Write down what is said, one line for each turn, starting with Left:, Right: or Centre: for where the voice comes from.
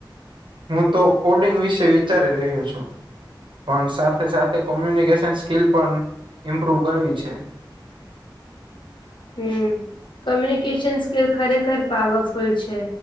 Right: હું તો કોડિંગ વિશે વિચારી રહ્યો છું.
Left: હમ.
Right: પણ સાથે સાથે કોમ્યુનિકેશન સ્કીલ પણ ઇમ્પ્રુવ કરવી છે.
Left: હમ્મ કોમ્યુનિકેશન સ્કીલ ખરેખર પાવરફુલ છે.